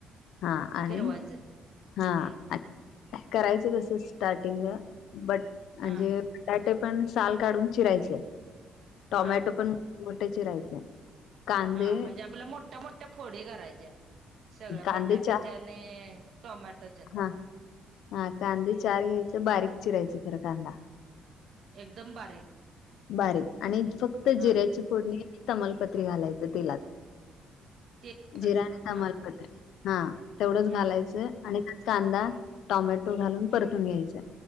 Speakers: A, on the left (about 75°); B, on the right (about 60°).
A: हा आणि
B: फिरवायचं
A: हा
B: हम्म
A: करायचं कसं स्टार्टिंग बट म्हणजे
B: हा
A: बटाटे पण साल काढून चिरायचे टॉमॅटो
B: हा
A: पण मोठ मोठे चिरायचे कांदे
B: हा म्हणजे आपल्याला मोठ्या मोठ्या फोडी करायच्या सगळ्या
A: कांदे
B: बटाट्याच्या
A: चार
B: आणि टोमॅटोच्या
A: हा हा कांदे चार घ्यायचं बारीक चिरायचं खर कांदा
B: एकदम बारीक
A: बारीक आणि फक्त
B: हा
A: जिऱ्याची फोडणी तमालपत्री घालायच तेलात
B: तेलातच
A: जिरा आणि
B: हा
A: तमालपत्री हा तेवढंच
B: हा
A: घालायचं आणि कांदा टॉमॅटो घालून
B: हम्म
A: परतून घ्यायचाय